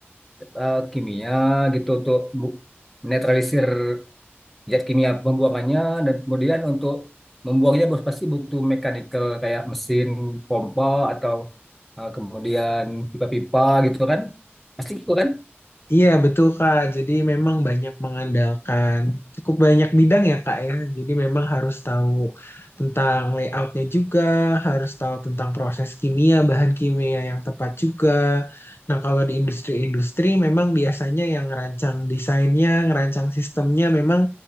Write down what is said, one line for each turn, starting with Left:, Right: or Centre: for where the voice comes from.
Centre: eh, kimia gitu untuk bu- netralisir zat kimia pembuangannya dan kemudian untuk membuangnya bos pasti butuh mechanical kayak mesin pompa atau eh, kemudian pipa-pipa gitu kan pasti gitu kan
Left: Iya betul Kak, jadi memang banyak mengandalkan cukup banyak bidang ya Kak ya. Jadi memang harus tahu tentang layoutnya juga, harus tahu tentang proses kimia, bahan kimia yang tepat juga. Nah kalau di industri-industri memang biasanya yang ngerancang desainnya, ngerancang sistemnya memang